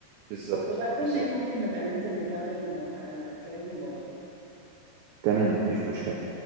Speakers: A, on the right; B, on the right.
A: بالظبط
B: وفي وقت ما
A: بالظبط
B: ممكن نبقى ننزل نكمل مو... آه، كلام في الموضوع ده
A: تمام مفيش مشكله